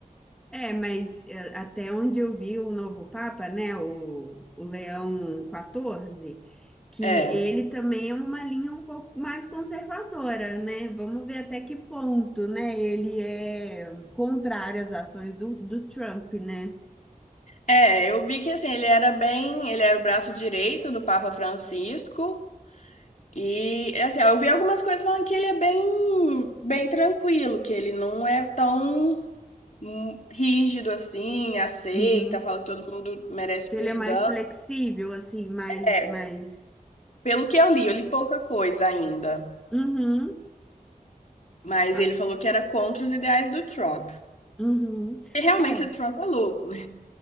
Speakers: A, in the centre; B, on the left.
A: É, mas é, até onde eu vi o novo Papa, né, o, o Leão XIV, que
B: É.
A: ele também é uma linha um pouco mais conservadora, né? Vamos ver até que ponto, né, ele é contrário às ações do, do Trump, né?
B: É, eu vi que assim, ele era bem, ele era o braço direito do Papa Francisco. E assim, eu vi algumas coisas falando que ele é bem, bem tranquilo, que ele não é tão hum, rígido assim, aceita,
A: Uhum.
B: fala que todo mundo merece
A: Que
B: perdão.
A: ele é mais flexível, assim, mais,
B: É,
A: mais...
B: pelo que eu li, eu li pouca coisa ainda,
A: Uhum.
B: mas
A: Ah,
B: ele falou que era contra os ideais do Trump.
A: Uhum.
B: E realmente
A: É,
B: o Trump é louco, né?